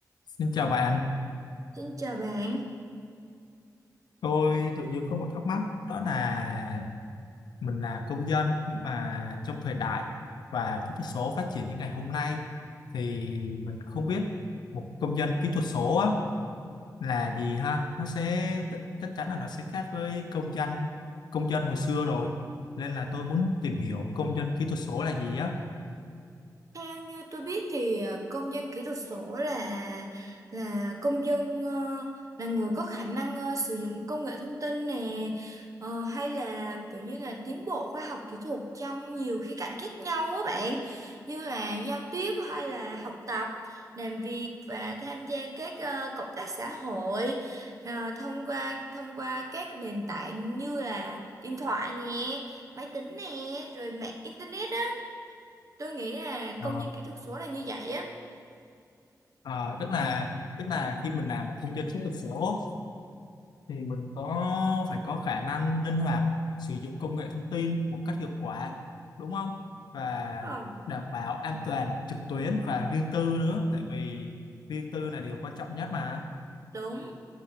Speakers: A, on the left; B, on the right.
A: Xin chào bạn,
B: Xin chào bạn.
A: tôi tự nhiên có một thắc mắc đó là mình là công dân nhưng mà trong thời đại và kỹ thuật số phát triển như ngày hôm nay thì mình không biết một công dân kỹ thuật số á, là gì ha nó sẽ chắc chắn là nó sẽ khác với công dân công dân hồi xưa rồi nên là tôi muốn tìm hiểu công dân kỹ thuật số là gì á
B: Theo như tôi biết thì ờ, công dân kỹ thuật số là là công dân ờ, là người có khả năng ờ, sử dụng công nghệ thông tin nè ờ, hay là kiểu như là tiến bộ khoa học kỹ thuật trong nhiều khía cạnh khác nhau á bạn như là giao tiếp hay là học tập, làm việc và tham gia các ờ, cộng tác xã hội ờ, thông qua thông qua các nền tảng như là điện thoại nè, máy tính nè, rồi mạng internet tôi nghĩ là
A: Ờ,
B: công dân kỹ thuật số là như vậy á
A: ờ, tức là tức là khi mình làm một công dân kỹ thuật số thì mình có phải có khả năng linh hoạt sử dụng công nghệ thông tin một cách hiệu quả đúng không và
B: Đúng rồi
A: đảm bảo an toàn trực tuyến và riêng tư nữa tại vì riêng tư là điều quan trọng nhất mà
B: đúng